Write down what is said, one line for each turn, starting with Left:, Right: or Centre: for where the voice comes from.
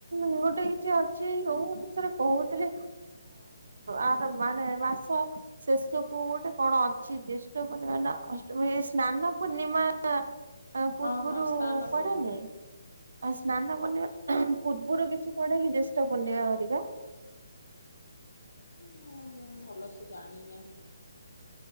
Right: ଗୋଟେ କିଛି ଅଛି, ହଉ ଗଟେ ଥରେ କହୁଥିଲେ ଆର ମାନେ ମାସ ଶେଷ କୁ ଗୋଟେ କଣ ଅଛି ଜ୍ୟେଷ୍ଟ ପୂର୍ଣ୍ଣିମା ଅଷ୍ଟମୀ ସ୍ନାନ ପୂର୍ଣ୍ଣିମା। ଆଁ ପୂର୍ବରୁ
Left: ହଁ ହଁ ସ୍ନାନ ପୂର୍ଣ୍ଣିମା
Right: ପଢନେ। ଆଉ ସ୍ନାନ ପୂର୍ଣ୍ଣିମା ପୂର୍ବରୁ କିଛି ପଡେ କି ଜେଷଷ୍ଟ ପୂର୍ଣ୍ଣିମା ହରିକା।
Left: ମୁଁ ଭଲସେ ଜାଣିନାହିଁ।